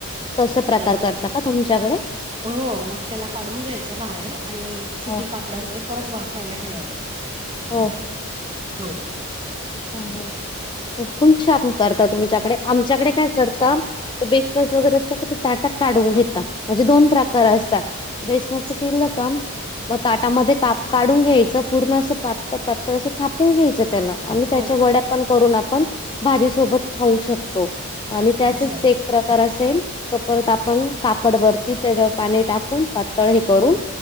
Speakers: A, on the left; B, on the right.
A: तस
B: मग
A: प्रकार
B: त्याच
A: करतात का तुमच्याकडे?
B: हो मग त्याला काढून घ्यायच बाहेर आणि सुती
A: हो
B: कापडामध्ये परत वाफवायला ठेवायच.
A: हो.
B: हो,
A: ह ह खुप छान करता तुमच्याकडे. आमच्याकडे काय करता ते बेसन वगैरे असतात तर ते ताटात काढून घेता. म्हणजे दोन प्रकार असतात बेसनाच
B: अच्छा
A: केल का मग ताटामध्ये काप काढून घ्यायच. पूर्ण अस पात पातळ अस थापून घ्यायच त्याला आणि त्याच्या
B: हो
A: वड्या पण करून, आपण भाजी सोबत खाऊ शकतो आणि त्याचाच
B: अच्छा
A: एक प्रकार अ तेन परत आपण कापड वरती त्याच्यावर पाणी टाकून पातळ हे करून,